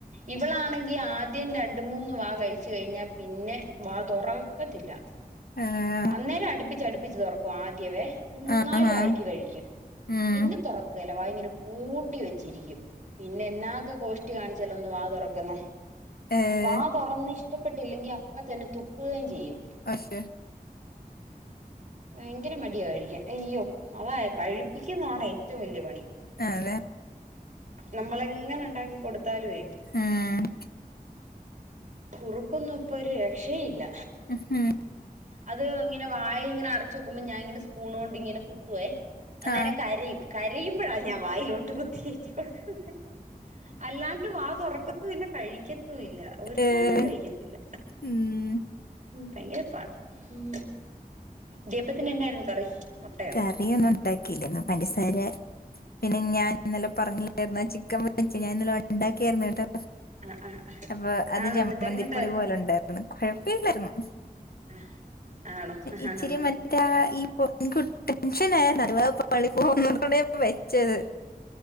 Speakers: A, on the right (about 55°); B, on the left (about 85°).
A: ഇവളാണെ ങ്കി ആദ്യം രണ്ട് മൂന്ന് വാ കഴിച്ചു കഴിഞ്ഞാ പിന്നെ വാ താെറ ക്കത്തില്ല
B: ഏഹ്
A: അന്നേരം അടു പ്പിച്ച് അടുപ്പിച്ച് തുറക്കും ആദ്യവേ ഒരു മൂന്നാല്
B: ആഹാ
A: വായിക്ക് കഴിക്കും
B: ഉം
A: പിന്നെ തുറക്കേല്ല വായ് ഇങ്ങനെ പൂ ട്ടി വെച്ചിരിക്കും പിന്നെ എന്നാ ഒക്കെ കോഷ്ടി കാണിച്ചാ ഒന്ന് വാ തൊറക്കുന്നെ
B: ഏഹ്
A: വാ തുറന്നിഷ് ടപ്പെട്ടില്ലെങ്കി അപ്പം തന്നെ തുപ്പുകയും ചെയ്യും
B: പക്ഷെ
A: ഭയങ്കര മടിയ കഴി ക്കാ അയ്യോ അതായ് കഴി യിപ്പിക്കുന്നതാണ് ഏറ്റവും വലിയ പണി
B: ആ അതെ
A: നമ്മളെങ്ങനെ ഉണ്ടാക്കി കൊടു ത്താല് വേ
B: ഉം
A: കുറുക്കൊന്നും ഇപ്പൊ ഒരു രക്ഷെ ഇല്ല
B: ഹഹ
A: അത് ഇങ്ങനെ വായ ഇങ്ങെ അടച്ച് വെക്കുമ്പോ ഞാനിങ്ങനെ സ്പൂൺ കൊണ്ട് ഇങ്ങനെ കുത്തുവേ അന്നേരം
B: ആഹ്
A: കരയും ക രയുമ്പഴാ ഞാ വായിലോട്ട് വെ കേറ്റികൊടുക്ക അല്ലാണ്ട് വാ തുറക്ക ക്കുല്ല കഴിക്ക ല്ല ഒരു
B: ഏഹ്
A: സാധനവും കഴിക്കത്തില്ല
B: ഉം
A: ഭയങ്കര പാടാ ഉം ദപ്പത്തിന് എന്നായിരുന്നു കറി മുട്ടയോ
B: കറിയ ഒന്നും ഉണ്ടാക്കില്ലന്ന പഞ്ചസാര പിന്നെ ഞാൻ ഇന്നലെ പറഞ്ഞില്ലേര്ന്നോ ചിക്കൻ വച്ച ഞാൻ ഇന്നല ഉണ്ടാക്കിയായിരുന്നു കേട്ടോ
A: ആഹ് ആഹ് ആഹ്
B: അപ്പൊ അത്
A: ആണോ
B: ജമ്മന്തിപ്പൊടി
A: എന്നിട്ട് എങ്ങനെ ഉണ്ടായിരുന്നു
B: പോലെ ഉണ്ടായിരുന്നു കുഴപ്പല്ലായിരുന്നു
A: ആഹ് ആണോ ആഹ്
B: ഇച്ചിരി
A: ആഹ്
B: മറ്റ ഈ പൊ എനിക്ക് ടെൻഷൻ ആയിരുന്നു അതവാ പാളി പോവുന്നുള്ള ണേ വേ ച്ചത്